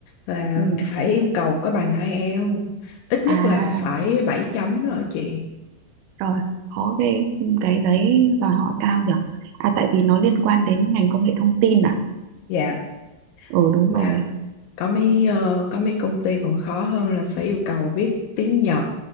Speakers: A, on the left (about 80°); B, on the right (about 85°).
A: là
B: ừ
A: phải yêu cầu có bằng IELTS ít nhất
B: à
A: là phải 7 chấm đó chị
B: rồi khó ghê Ừ, cái đấy đòi hỏi cao nhỉ à tại vì nó liên quan đến ngành công nghệ thông tin à
A: dạ
B: ừ đúng
A: mà
B: rồi
A: có mấy ờ, có mấy công ty còn khó hơn là phải yêu cầu biết tiếng Nhật